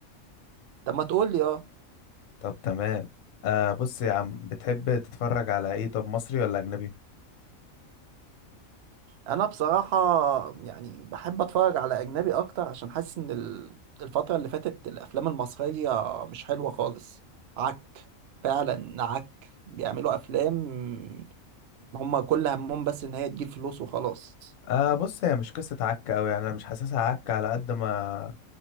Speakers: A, on the right; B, on the left.
A: طب ما تقول لي آه،
B: طب تمام آه بص يا عم بتحب تتفرج على ايه طب مصري ولا اجنبي
A: انا بصراحة يعني بحب اتفرج على اجنبي اكتر عشان حاسس ان ال- الفترة اللي فاتت الافلام المصرية مش حلوة خالص عك فعلا عك بيعملوا افلام هم كل همهم بس ان هي تجيب فلوس وخلاص
B: آه بص هي مش قصة عك أوي يعني أنا مش حاسسها عك على قد ما